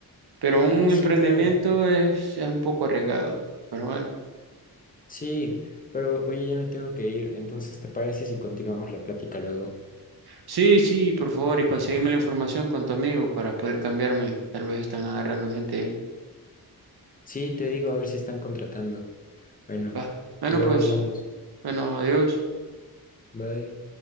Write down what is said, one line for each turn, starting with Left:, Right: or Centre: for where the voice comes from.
Right: Pero un
Left: ah, sí,
Right: emprendimiento
Left: claro,
Right: es, es un poco arriesgado, pero bueno.
Left: sí, pero oye, ya me tengo que ir, entonces ¿te parece si continuamos la plática luego?
Right: Sí, sí, por favor, y consígueme la información con tu amigo para poder cambiarme. Tal vez están agarrando gente.
Left: Sí, te digo, a ver si están contratando. Bueno,
Right: Va. Bueno,
Left: luego
Right: pues,
Left: hablamos.
Right: bueno, adiós.
Left: Bye.